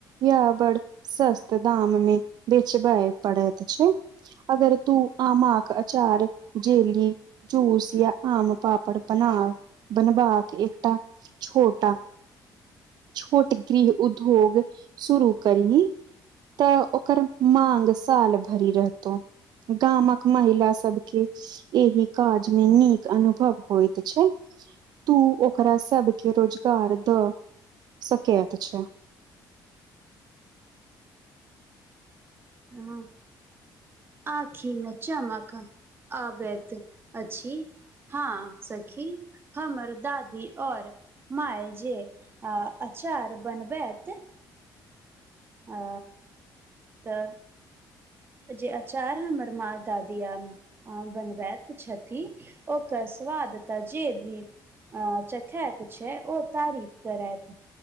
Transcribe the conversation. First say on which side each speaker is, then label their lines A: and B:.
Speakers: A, on the right (about 60°); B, on the right (about 30°).
A: य बड़ सस्त दाम मे बेचबय पड़ैत छै अगर तू आमक आचार जेली जूस या आम पापड़ बना बनवा कऽ एकटा छोटा छोट गृह उद्योग शुरू करी तऽ ओकर माँग साल भरि रहतो गामक महिला सबके एहि काज मे नीक अनुभव होइत छै तू ओकरा सबके रोजगार दऽ सकैत छै <inaudible>
B: हँ आखिमे चमक आबत अछि हँ सखी हमर दादी और माय जे अऽ अचार बनबैत आ तऽ जे अचार हमर म दादी या अ बनबैत छथि ओकर स्वाद तऽ जे भी अ चखत छै ओ तारीफ करैत